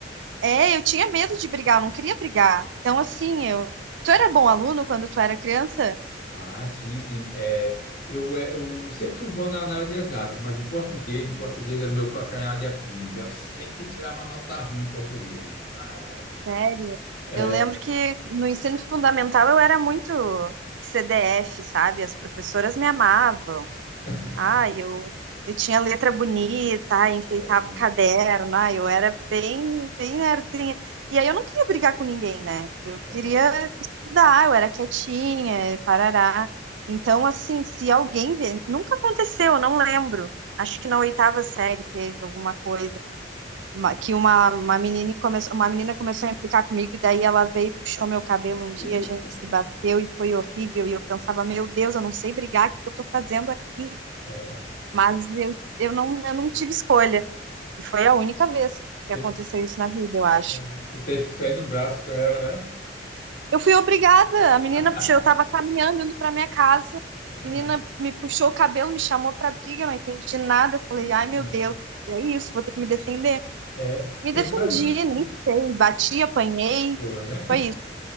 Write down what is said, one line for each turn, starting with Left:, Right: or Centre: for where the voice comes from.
Right: é, eu tinha medo de brigar, eu não queria brigar. Então, assim, eu. Tu era bom aluno quando tu era criança?
Left: Ah, sim, sim. É, eu, é, eu sempre fui bom na, na área de exatas, mas em português, em português era o meu calcanhar de Aquiles. Eu sempre tirava nota ruim em português. Ah,
Right: Sério?
Left: é.
Right: Eu lembro que no ensino fundamental eu era muito CDF, sabe? As professoras me amavam.
Left: <laughs>
Right: ah eu, eu tinha letra bonita, ah, enfeitava
Left: Ou,
Right: o caderno, ah eu
Left: ah,
Right: era bem, bem nerdzinha. E aí eu não queria brigar com ninguém, né? Eu
Left: é,
Right: queria
Left: é.
Right: estudar, eu era quietinha, parará. Então, assim, se alguém vê, nunca aconteceu, eu não lembro. Acho que na oitava série teve alguma coisa uma- que uma, uma menina começou, uma menina começou a implicar comigo e daí ela veio, puxou meu cabelo um dia,
Left: <laughs>
Right: a gente se bateu e foi horrível e eu pensava, meu Deus, eu não sei brigar, o que que eu tô fazendo aqui?
Left: É.
Right: Mas eu, eu não, eu não tive escolha. E foi a única vez que
Left: Te-
Right: aconteceu isso na vida, eu acho.
Left: é. Tu teve que sair no braço com ela, né?
Right: Eu fui obrigada. A menina
Left: <laughs>
Right: puxou, eu tava caminhando, indo pra minha casa. A
Left: É.
Right: menina me puxou o cabelo, me chamou pra briga, eu não entendi nada. Eu falei,
Left: Vixe,
Right: ai meu
Left: Maria.
Right: Deus, é isso, vou ter que me defender.
Left: É,
Right: Me
Left: tem
Right: defendi,
Left: cara.
Right: nem sei. Bati,
Left: Ah,
Right: apanhei.
Left: pô, né?
Right: Foi isso.